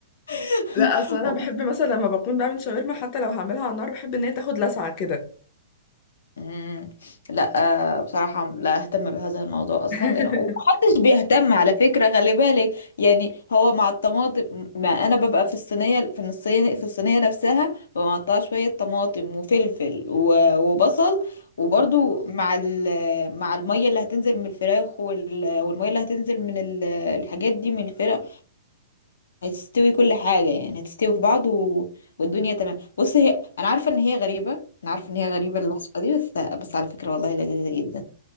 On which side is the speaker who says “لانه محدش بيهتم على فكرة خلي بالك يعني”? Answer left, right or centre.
Left